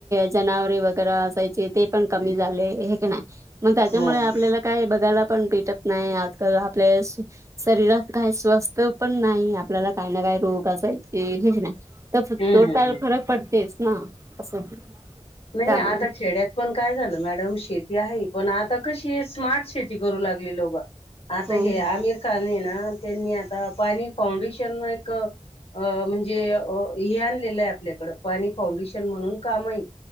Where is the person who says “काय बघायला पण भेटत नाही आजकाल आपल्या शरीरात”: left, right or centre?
Right